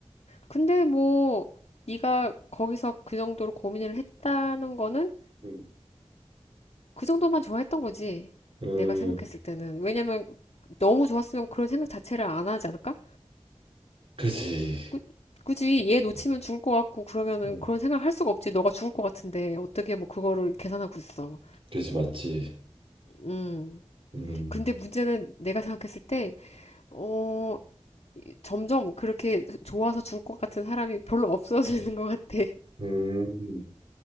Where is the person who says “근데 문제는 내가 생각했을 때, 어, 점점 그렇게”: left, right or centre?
Left